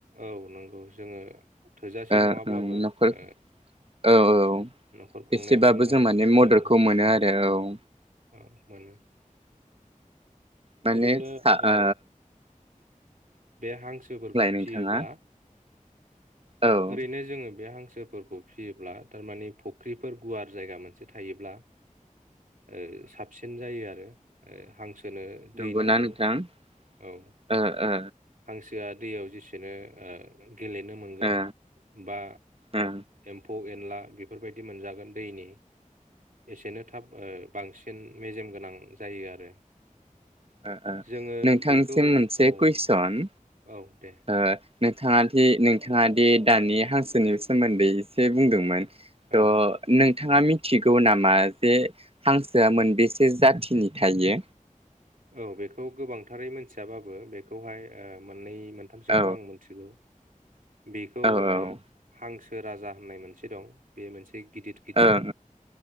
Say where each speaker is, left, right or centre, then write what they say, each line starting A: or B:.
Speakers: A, on the right (about 75°); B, on the right (about 45°).
A: औ नंगौ जोङो थोजासे
B: ओ
A: नङाब्लाबो
B: नखर
A: ओ
B: औ औ
A: न'खर खुंनायाव
B: एसेबाबो
A: जोङो
B: जों माने मददखौ
A: औ
B: मोनो आरो औ
A: औ मोनो
B: माने
A: ओरैनो
B: आ
A: औ
B: आ
A: बे हांसोफोरखौ
B: नोंथाङा
A: फियोब्ला
B: औ ओ
A: ओरैनो जोङो बे हां हांसोफोरखौ फिसियोब्ला थारमानिे फुख्रिफोर गुवार जायगा मोनसे थायोब्ला ओ साबसिन जायो आरो ओ हांस नो
B: नंगौना
A: दै नांगौ
B: नोंथां
A: औ
B: ओ ओ
A: हांसोआ दैयाव जेसेनो ओ गेलेनो मोनगोन
B: ओ
A: बा
B: ओ
A: एम्फौ एनला बेफोरबायदि मोनजागोन दैनि एसेनो थाब ओ बांसिन सिन मेजेम गोनां जायो आरो
B: ओ ओ
A: जोङो
B: नोंथांसिम
A: बेखौ
B: मोनसे
A: औ
B: कुइसन
A: औ दे
B: सन नोंथाङा दि नोंथाङा दानि हांसोनि सोमोन्दै एसे बुंदोंमोन थ'
A: औ
B: नों थाङा मिथिगौ नामा जे हांसोआ मोनबेसे जाथिनि थायो?
A: औ बेखौ गोबांथारै मिथियाबाबो बेखौहाय ओ मोननै मोनथामसोखौ
B: औ
A: आं मिथिगौ। बेखौ
B: औ ओं
A: ओ हांसो राजा होननाय मोनसे दं बे मोनसे गिदद गिदिर
B: ओं